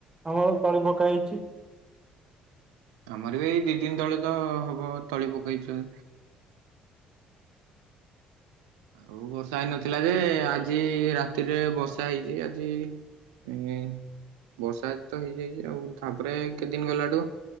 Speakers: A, on the right (about 25°); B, on the right (about 80°).
A: ଆମର ତଳି ପକା ହେଇଛି।
B: ଆମର ବି ଏଇ ଦି ଦିନ ତଳେ ତ ହବ ତଳି ପକେଇଛ। ଆଉ ବର୍ଷା ହେଇନଥିଲା ଯେ, ଆଜି ରାତିରେ ବର୍ଷା ହେଇଛି, ଆଜି <unintelligible> ବର୍ଷା ତ ହେଇଯାଇଛି ଆଉ, ତାପରେ କେତେଦିନ ଗଲାଠୁ